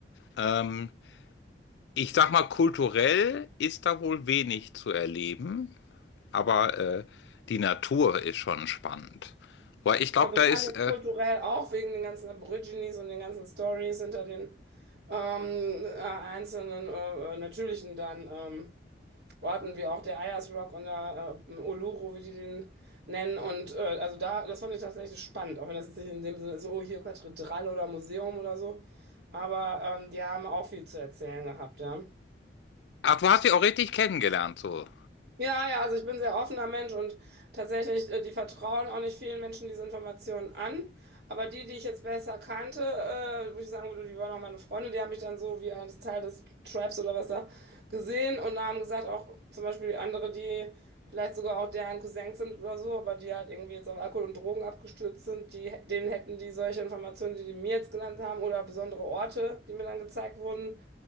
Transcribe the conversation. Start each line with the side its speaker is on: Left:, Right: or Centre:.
Left: Ähm, Ich sag mal, kulturell ist da wohl wenig zu erleben, aber äh, die Natur ist schon spannend. Weil ich glaube,
Right: Also
Left: da
Right: ich fand
Left: ist.
Right: jetzt
Left: Äh,
Right: kulturell auch wegen den ganzen Aborigines und den ganzen Stories hinter den ähm, äh, einzelnen äh, äh, natürlichen dann ähm, Wo hatten wir auch der Ayers Rock und der äh, Uluru, wie die den nennen. Und äh, also da, das fand ich tatsächlich spannend, auch wenn das jetzt nicht in dem Sinne ist, oh, hier Kathedrale oder Museum oder so. Aber ähm, die haben auch viel zu erzählen gehabt, ja.
Left: ach, du hast sie auch richtig kennengelernt, so.
Right: Ja, ja, also ich bin ein sehr offener Mensch und tatsächlich, äh, die vertrauen auch nicht vielen Menschen diese Informationen an. Aber die, die ich jetzt besser kannte, äh, wo ich sagen würde, die waren auch meine Freunde, die haben mich dann so wie eines Teil des Tribes oder was da gesehen und haben gesagt, auch zum Beispiel andere, die vielleicht sogar auch deren Cousins sind oder so, aber die halt irgendwie jetzt auf Alkohol und Drogen abgestürzt sind, die, denen hätten die solche Informationen, die die mir jetzt genannt haben oder besondere Orte, die mir dann gezeigt wurden